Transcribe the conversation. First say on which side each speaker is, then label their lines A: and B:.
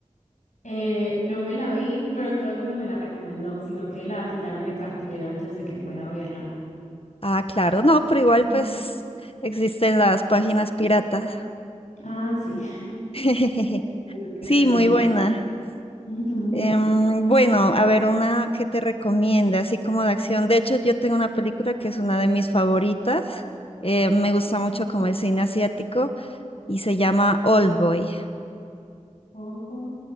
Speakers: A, on the left; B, on the left.
A: Eh, no me la vi, pero todo el mundo me la recomendó, sino que la quitaron de cartelera antes de que fuera a verla.
B: Ah, claro, no, pero igual
A: Ujú.
B: pues existen las páginas piratas.
A: Ah, sí.
B: <laughs>
A: Tengo que
B: Sí,
A: vérmela.
B: muy buena.
A: Ujú.
B: Em, bueno, a ver, una que te recomiende, así como de acción. De hecho, yo tengo una película que es una de mis favoritas. Eh, me gusta mucho como el cine asiático y se llama Old Boy.
A: Oh, boy.